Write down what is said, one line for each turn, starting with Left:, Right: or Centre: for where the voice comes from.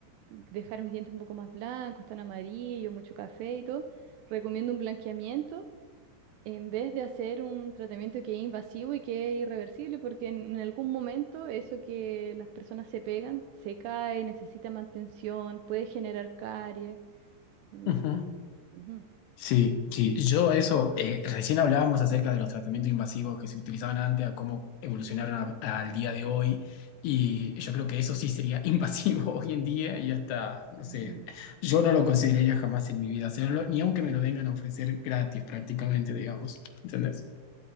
Right: dejar mis dientes un poco más blancos, tan amarillos, mucho café y todo. Recomiendo un blanqueamiento en vez de hacer un tratamiento que es invasivo y que es irreversible, porque en, en algún momento eso que las personas se pegan, se cae, necesita mantención, puede generar caries. y-
Left: ujú.
Right: ujú,
Left: Sí, sí, yo eso, eh, recién hablábamos acerca de los tratamientos invasivos que se utilizaban antes, a cómo evolucionaron a- al día de hoy, y yo creo que eso sí sería <laughs> invasivo hoy en día y hasta, no sé,
Right: ujú.
Left: yo no lo consideraría jamás en mi vida hacerlo, ni aunque me lo vengan a ofrecer gratis prácticamente, digamos, ¿entendés?